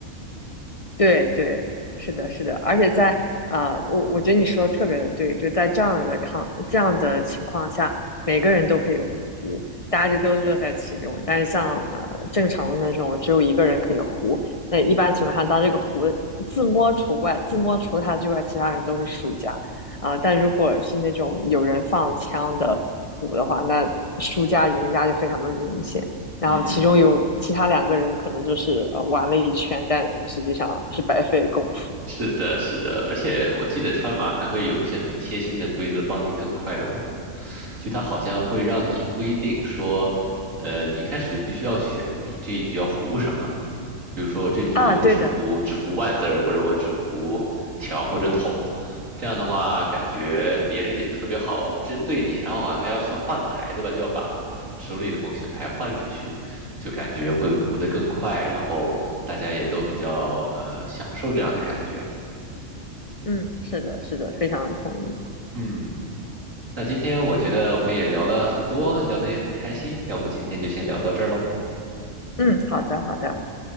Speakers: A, on the left; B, on the right.
A: 对对，是的，是的，而且在啊、呃我我觉得你说的特别的对，就在这样的抗这样的情况下，每个人都可以胡，大家就都乐在其中。但是像呃正常的那种，只有一个人可以胡，那一般情况下，当这个胡自摸除外，自摸除了他之外，其他人都是输家啊、但如果是那种有人放枪的胡的话，那输家赢家就非常的明显。然后其中有其他两个人可能就是呃玩了一圈，
B: 嗯嗯，
A: 但实际上是白费功夫
B: 是的，是的，而且我记得川麻还会有一些很贴心的规则，帮你更快的胡。就它好像会让你规定说，呃，你一开始就必须要选你这一局要胡什么。比如说这局我就只胡只胡万字儿，
A: 啊。对的，
B: 或者我只胡条或者筒，这样的话感觉别人也特别好针对你，然后好像还要需要换牌，对吧？就要把手里的某些牌换出去，就感觉会胡得更快，然后大家也都比较呃享受这样的感觉。
A: 嗯，是的，是的，非常同意。
B: 嗯，那今天我觉得我们也聊了很多，聊得也很开心，要不今天就先聊到这儿喽。
A: 嗯，好的，好的，